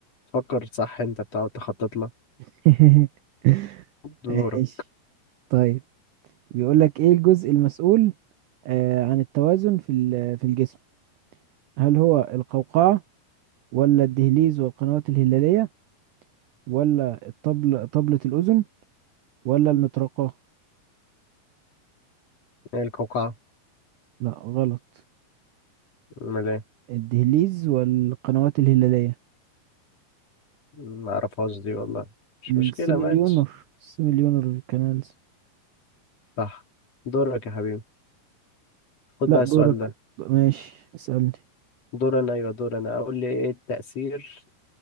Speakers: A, on the left; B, on the right.
A: فكر صح انت بتقعد تخطط لك
B: <laughs>
A: دورك
B: ماشي طيب بيقول لك إيه الجزء المسؤول آه، عن التوازن في ال- في الجسم هل هو القوقعة ولا الدهليز والقنوات الهلالية ولا الطبل طبلة الأذن ولا المطرقة
A: إيه القوقعة
B: لا غلط
A: ملام.
B: الدهليز والقنوات الهلالية
A: ما اعرفهاش دي والله مش
B: السيميليونر
A: مشكلة ماتش
B: السيميليونر كانالز
A: صح دورك يا حبيبي خد
B: لا
A: بقى
B: دورك
A: السؤال ده
B: ماشي اسألني
A: دور انا ايوه دور انا اقول لي ايه التأثير